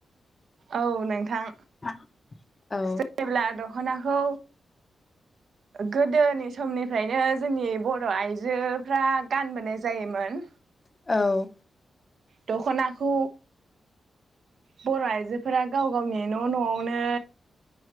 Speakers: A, on the right (about 60°); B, on the left (about 25°).
A: औ नोंथां
B: <unintelligible> औ
A: जेब्ला दख' नाखौ गोदोनि समनिफ्रायनो जोंनि बर' आइजोफोरा गानबोनाय जायोमोन।
B: औ
A: दख'नाखौ बर' आइजोफोरा गाव गावनि न' न'आवनो